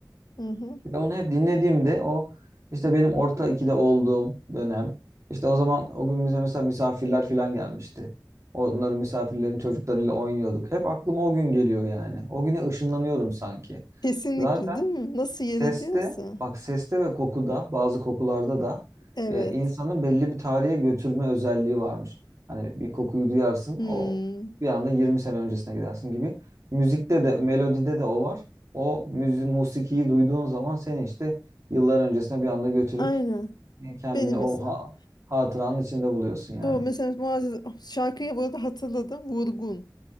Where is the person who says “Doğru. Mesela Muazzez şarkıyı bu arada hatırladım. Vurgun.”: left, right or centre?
Left